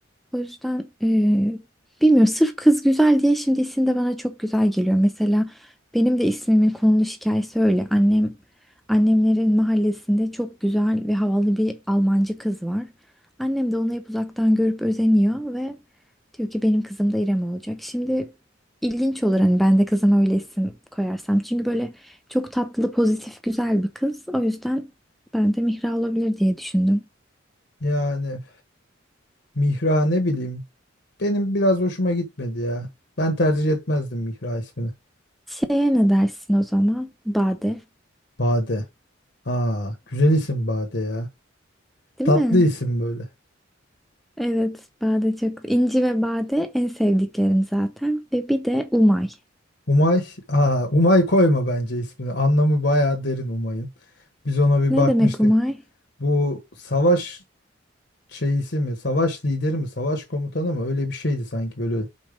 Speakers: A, in the centre; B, on the left (about 60°).
A: O yüzden eee bilmiyorum sırf kız güzel diye şimdi isim de bana çok güzel geliyor. Mesela benim de ismimin konulu hikayesi öyle. Annem annemlerin mahallesinde çok güzel ve havalı bir Almancı kız var. Annem de onu hep uzaktan görüp özeniyor ve diyor ki benim kızım da İrem olacak. Şimdi ilginç olur hani ben de kızıma öyle isim koyarsam. Çünkü böyle çok tatlı, pozitif, güzel bir kız. O yüzden ben de Mihra olabilir diye düşündüm.
B: Yani Mihra ne bileyim. Benim biraz hoşuma gitmedi ya. Ben tercih etmezdim Mihra ismini.
A: Şeye ne dersin o zaman? Bade.
B: Bade. Aa, güzel isim Bade ya.
A: Değil
B: Tatlı
A: mi?
B: isim böyle.
A: Evet, bade çok. İnci ve bade en sevdiklerim zaten. Ve bir de Umay.
B: Umay, aa, Umay koyma bence ismini. Anlamı bayağı derin Umay'ın. Biz ona bir
A: Ne
B: bakmıştık.
A: demek Umay?
B: Bu savaş şeyisi mi, savaş lideri mi, savaş komutanı mı öyle bir şeydi sanki böyle.